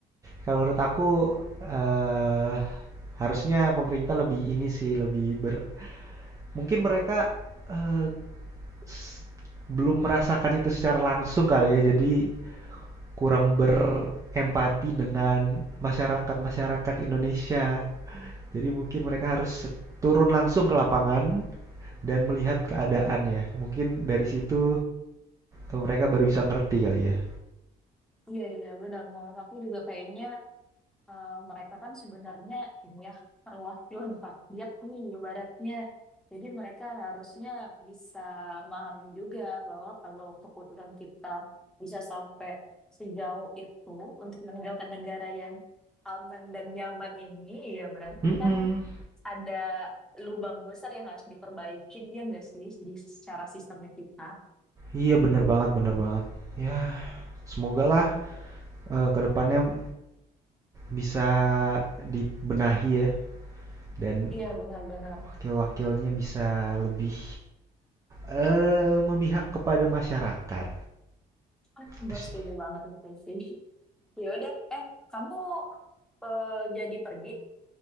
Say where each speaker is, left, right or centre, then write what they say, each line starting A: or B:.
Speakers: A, on the right; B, in the centre.
A: Kalau menurut aku eh harusnya pemerintah lebih ini sih, lebih ber mungkin mereka eh, s- belum merasakan itu secara langsung kali ya. Jadi kurang berempati dengan masyarakat-masyarakat Indonesia. Jadi mungkin mereka harus turun langsung ke lapangan dan melihat keadaannya.
B: Mm, mm.
A: Mungkin dari situ eh, mereka baru bisa ngerti kali ya.
B: Iya, iya, benar. Menurut aku juga kayaknya eh, mereka kan sebenarnya ini ya perwakilan rakyat nih ibaratnya. Jadi mereka harusnya bisa memahami juga bahwa kalau keputusan kita bisa sampai sejauh itu untuk meninggalkan negara yang aman dan nyaman ini, ya berarti
A: Mm-mm.
B: kan ada lubang besar yang harus diperbaikin ya nggak sih di secara sistemnya kita.
A: Iya bener banget bener banget. Ya semoga lah eh, kedepannya bisa dibenahi ya dan
B: Iya benar-benar.
A: wakil-wakilnya bisa lebih eh memihak kepada masyarakat.
B: Ah,
A: Itu
B: gue
A: sih.
B: setuju banget itu sih. Ya udah, eh kamu eh, jadi pergi?